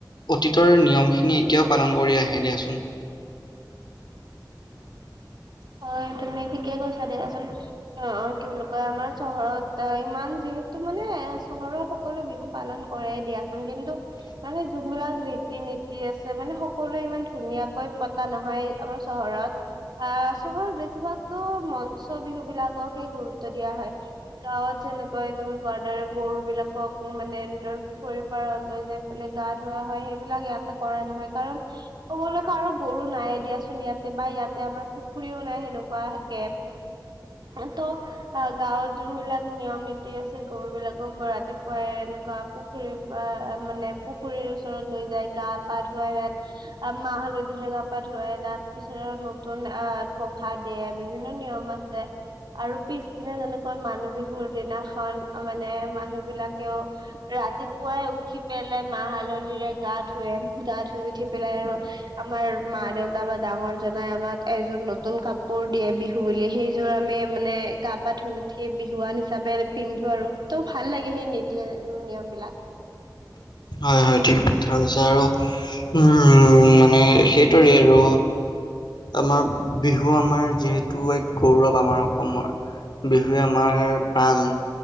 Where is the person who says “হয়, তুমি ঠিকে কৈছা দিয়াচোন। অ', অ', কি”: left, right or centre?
Right